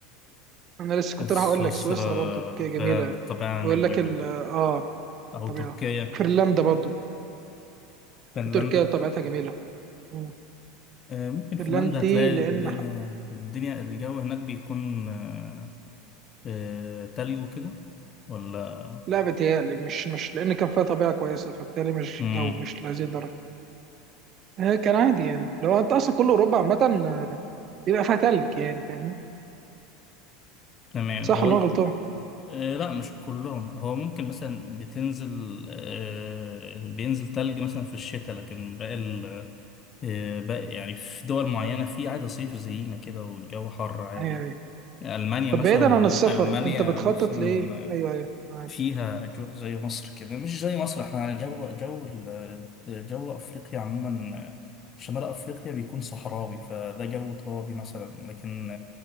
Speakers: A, on the right (about 40°); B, on the left (about 35°).
A: انا لسه كنت
B: سويسرا
A: راح اقول لك سويسرا برضو ك- جميله
B: فيها الطبيعة
A: بقول
B: هناك جميلة
A: لك ال اه
B: أو
A: طبيعه
B: تركيا
A: فنلندا برضو
B: فنلندا
A: وتركيا طبيعتها جميله مم.
B: آه، ممكن
A: فنلندا
B: فنلندا
A: دي
B: هتلاقي
A: لان
B: الدنيا
A: ح-
B: الدنيا الجو هناك بيكون آه، آه، تلج وكده ولا
A: لا بتهيألي مش مش لان كان فيها طبيعه كويسه فبالتالي مش
B: مم.
A: جو مش لهذه الدرجه آه، كان عادي يعني لو انت اصلا كل اوروبا عامه آه، بيبقى فيها تلج يعني فاهمني
B: تمام
A: صح
B: هو
A: ولا أنا غلطان؟
B: آه، لا مش كلهم هو ممكن مثلا بتنزل آه، بينزل تلج مثلا في الشتاء لكن باقي ال- آه، باقي يعني في دول معينة في عادي صيف زينا كده والجو حر عادي
A: يعني
B: ألمانيا
A: طب
B: مثلا
A: بعيدا عن السفر
B: ألمانيا
A: انت بتخطط
B: مثلا
A: لايه ايوه ايوه معاك
B: فيها أجواء زي مصر كده مش زي مصر احنا على جو جو ال- جو أفريقيا عموما شمال أفريقيا بيكون صحراوي فده جو ترابي مثلا لكن